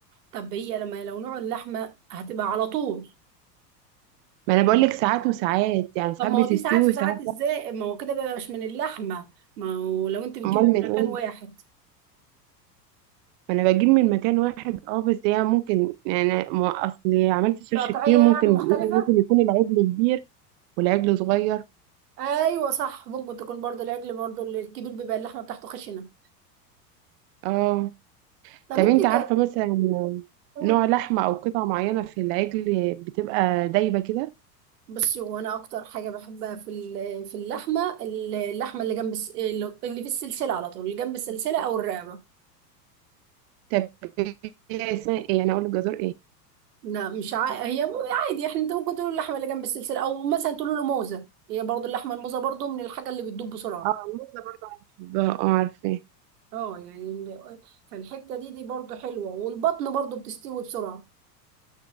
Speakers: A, on the right; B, on the right.
A: طب هي لما لو نوع اللحمه هتبقى على طول
B: ما انا بقول لك ساعات وساعات يعني ساعات
A: طب ما
B: بتستوي
A: هو دي ساعات وساعات
B: وساعات
A: ازاي
B: لا
A: ما هو كده بقى مش من اللحمه ما هو لو انت بتجيبي
B: امال
A: من
B: من
A: مكان
B: ايه
A: واحد
B: ما انا بجيب من مكان واحد اه بس هي ممكن يعني ما اصلي عملت سيرش
A: القطعيه
B: كتير ممكن
A: يعني مختلفه
B: بيقول ممكن يكون العجل كبير والعجل صغير
A: ايوه صح ممكن تكون برضه العجل برضه الكبير بيبقى اللحمه بتاعته خشنه
B: اه
A: طب
B: طب
A: انت
B: انت عارفه
A: ك-
B: مثلا
A: قولي
B: نوع لحمه او قطعه معينه في العجل بتبقى دايبه كده
A: بصي وانا اكتر حاجه بحبها في ال- في اللحمه اللحمه اللي جنب الس- اللي في السلسله على طول اللي جنب السلسله او الرقبه
B: طب هي اسمها ايه انا اقول لك جزر ايه
A: لا مش ع... هي عادي احنا انت ممكن تقولوا اللحمه اللي جنب السلسله او مثلا تقولوا له موزه هي برضه اللحمه الموزه برضه من الحاجه اللي بتدوب بسرعه
B: اه الموزه برضه انا بحبها اه عارفه
A: اه يعني ال- فالحته دي دي برضه حلوه والبطن برضه بتستوي بسرعه